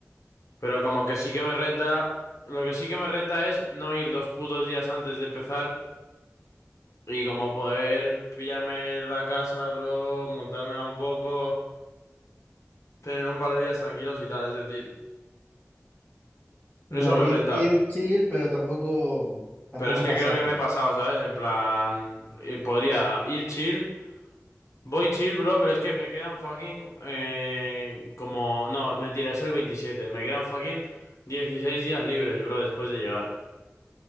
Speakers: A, on the left; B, on the left.
A: Pero como que sí que me renta, lo que sí que me renta es no ir dos putos días antes de empezar. Y como poder pillarme la casa, bro, montármela un poco, tener un par de días tranquilos y tal, es decir, eso
B: Ya,
A: me
B: ir,
A: renta.
B: ir chill, pero tampoco, tampoco
A: Pero es que
B: pasarte.
A: creo que me he pasado, ¿sabes? En plan, eh, podría ir chill, voy chill, bro, pero es que me quedan fucking, eh, como, no, mentira, es el 27, me quedan fucking 16 días libres, bro, después de llegar.